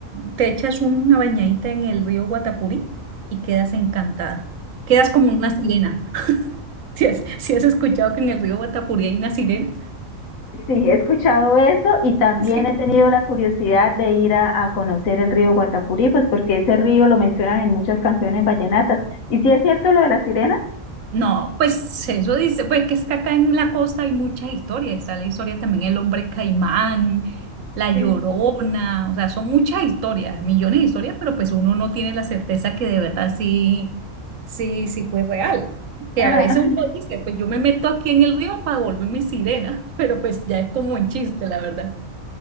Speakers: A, on the right; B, on the left.
A: te echas una bañadita en el río Guatapurí y quedas encantada. Quedas como una sirena. <laughs> Si has, si has escuchado
B: <laughs>
A: que en el río Guatapurí hay una sirena,
B: Sí, he escuchado eso y también
A: <laughs>
B: he tenido la curiosidad de ir a, a conocer el río Guatapurí, pues porque ese río lo mencionan en muchas canciones vallenatas. ¿Y si es cierto lo de la sirena?
A: No, pues eso dice, pues que es que acá en la costa hay muchas historias, está la historia también el hombre caimán, la
B: Sí.
A: Llorona, o sea, son muchas historias, millones de historias, pero pues uno no tiene la certeza que de verdad sí, sí, sí fue real. Que
B: Ah,
A: a veces uno dice, pues yo me meto aquí en el río para volverme sirena, <laughs> pero pues ya es como un chiste, la verdad.